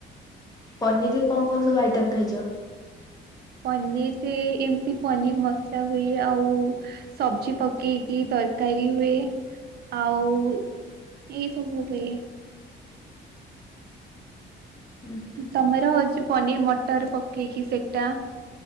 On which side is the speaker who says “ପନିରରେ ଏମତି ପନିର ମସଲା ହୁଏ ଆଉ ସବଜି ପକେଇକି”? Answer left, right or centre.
Right